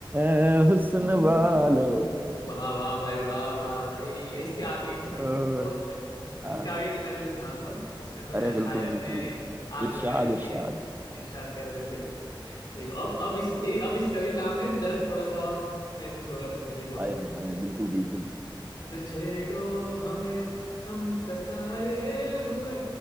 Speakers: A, on the right; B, on the left.
A: ए हुस्न
B: हुस्न
A: वालो
B: वालो वाह वाह भाई वाह वाह भाई इसके आगे के भाई
A: ओ,
B: बहुत सही अब
A: आ,
B: इसके आगे की मैं तुम्हें सुनाता हूँ इसमें तो यार
A: अरे
B: शायर
A: बिल्कुल बिल्कुल
B: ने आग
A: इरशाद
B: लगाई
A: इरशाद
B: दिए इरशाद कर देते देखो अब अब इस ए- अब इस कविता में दर्द थोड़ा सा महसूस होगा तुम्हें देखो
A: हाय हाय हाय बिल्कुल बिल्कुल
B: न छेड़ो हमें हम सताए हुए